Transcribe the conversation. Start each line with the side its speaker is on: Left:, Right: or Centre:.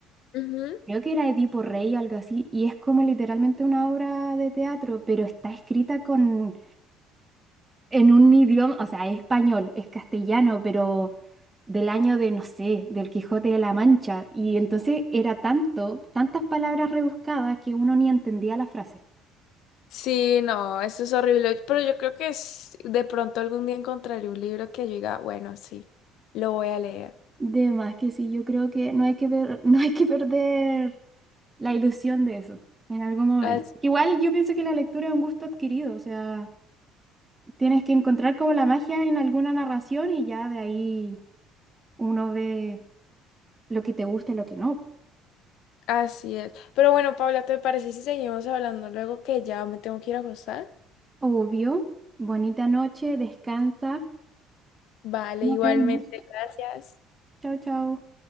Left: Ujú.
Right: creo que era Edipo Rey o algo así, y es como literalmente una obra de teatro, pero está escrita con en un idioma, o sea, es español, es castellano, pero del año de, no sé, del Quijote de la Mancha. Y entonces era tanto, tantas palabras rebuscadas que uno ni entendía la frase.
Left: Sí, no, eso es horrible, pero yo creo que es- de pronto algún día encontraré un libro que yo diga, bueno, sí, lo voy a leer.
Right: De más que sí, yo creo que no hay que per- <laughs> no hay que perder la ilusión de eso en algún momento.
Left: As-
Right: Igual yo pienso que la lectura es un gusto adquirido, o sea, tienes que encontrar como la magia en alguna narración y ya de ahí uno ve lo que te gusta y lo que no.
Left: Así, es. Pero bueno, Paula, ¿te parece si seguimos hablando luego que ya me tengo que ir a acostar?
Right: Obvio. Bonita noche, descansa.
Left: Vale,
Right: Nos
Left: igualmente,
Right: vemos.
Left: gracias.
Right: Chao, chao.